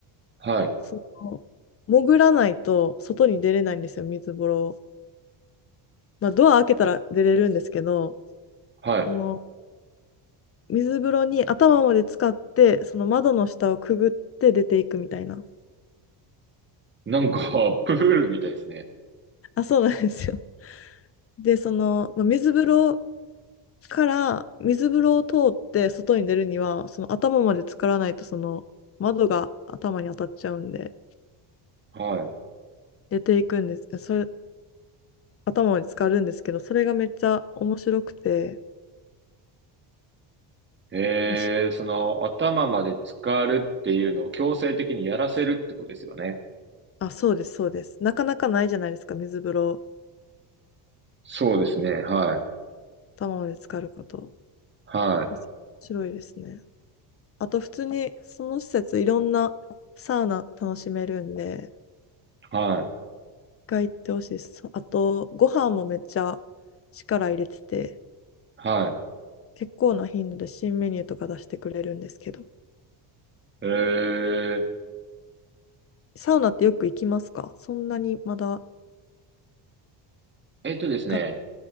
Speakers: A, on the right; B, on the left.
A: はい。
B: その潜らないと外に出れないんですよ、水風呂まあ、ドア開けたら出れるんですけど、
A: はい。
B: その水風呂に頭まで浸かって、その窓の下をくぐって出ていくみたいな。
A: なんか、<laughs> プールみたいですね。
B: あ、そうなんですよ。で、その、まあ、水風呂から水風呂を通って外に出るには、その頭まで浸からないと、その窓が頭に当たっちゃうんで、
A: はい。
B: 出ていくんですけど、それ、頭まで浸かるんですけど、それがめっちゃ面白くて、
A: えー、
B: まあ、し
A: その、頭まで浸かるっていうのを強制的にやらせるってことですよね。
B: あ、そうです、そうです。なかなかないじゃないですか、水風呂、
A: そうですね。はい。
B: 頭まで浸かること。
A: は
B: 面白いですね。あと普通にその施設いろんなサウナ楽しめるんで、
A: い。はい。
B: 一回行ってほしいです。あとご飯もめっちゃ力入れてて、
A: は
B: 結構な頻度で新メニューとか出してくれるんですけど、
A: い。えー、
B: サウナってよく行きますかそんなにまだ
A: えっとですね。
B: か、